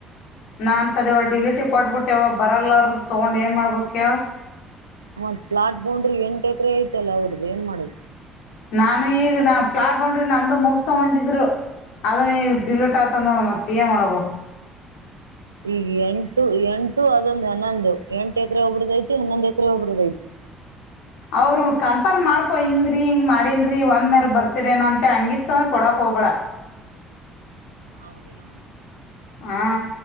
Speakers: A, on the left; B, on the right.
A: ನಾ ಅಂತದ್ದ ಇವ ಡಿಲೀಟಿಗೆ ಕೊಟ್ಬಿಟ್ಟೆವ ಬರಲ್ಲಾರ್ದ ತೊಗೊಂಡು ಏನು ಮಾಡ್ಬೇಕ್ಯ
B: ಮತ್ ಪ್ಲಾಟ್ ಬೊಂಡ್ರರು ಎಂಟು ಎಕರೆ ಐತಲ್ಲ ಅವಡ್ದು ಏನ್ ಮಾಡುದು
A: ನಾನು ಈಗ ನಾ ಪ್ಲಾಟ್ ಬೊಂಡ್ರಿ ನಂದು ಮುಗಸ ಬಂದಿದ್ರು ಅದನ್ನ ಈ ಡಿಲೀಟ್ ಆತ ನೋಡ ಮತ್ತ ಏನ್ ಮಾಡೋಬೇಕು
B: ಈಗ ಎಂಟು ಎಂಟು ಅದೊಂದು ಹನ್ನೊಂದು ಎಂಟು ಎಕರೆ ಒಬ್ರದ್ದ ಐತಿ ಹನ್ನೊಂದು ಎಕರೆ ಒಬ್ರದ ಐತಿ
A: ಅವ್ರ ಕನ್ಫರ್ಮ್ ಮಾಡ್ಕೊ ಹಿಂಗ್ರೀ ಹಿಂಗ್ ಮಾಡನ್ರಿ ಒಂದ ಮ್ಯರ್ ಬರ್ತಿರಏನೋ ಅಂತ ಹಂಗಿತ್ ಕೊಡಕ್ ಹೋಗಬೇಡ
B: ಹೌದುನು
A: ಹಾ